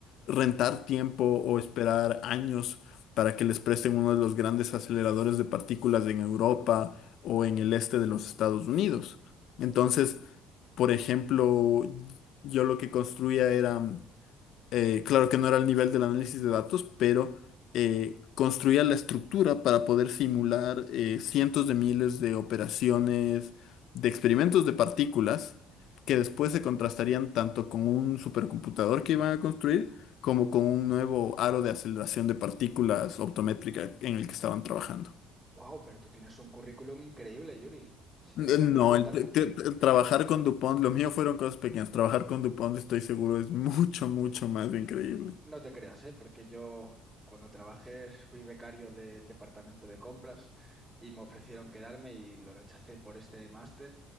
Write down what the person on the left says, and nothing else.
rentar tiempo o esperar años para que les presten uno de los grandes aceleradores de partículas en Europa o en el este de los Estados Unidos. Entonces, por ejemplo, yo lo que construía era eh, claro que no era el nivel del análisis de datos, pero eh, construía la estructura para poder simular eh, cientos de miles de operaciones, de experimentos de partículas, que después se contrastarían tanto con un supercomputador que iban a construir, como con un nuevo aro de aceleración de partículas optométrica en el que estaban trabajando.
N-
No, el, te-
te- te- trabajar con DuPont, lo mío fueron cosas pequeñas. Trabajar con DuPont, estoy seguro, es <laughs> mucho, mucho más increíble.